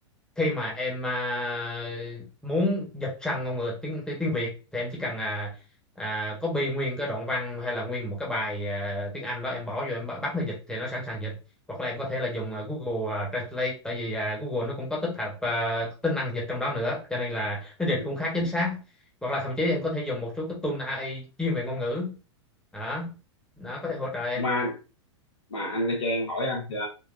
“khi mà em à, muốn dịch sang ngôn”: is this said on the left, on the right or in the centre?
Centre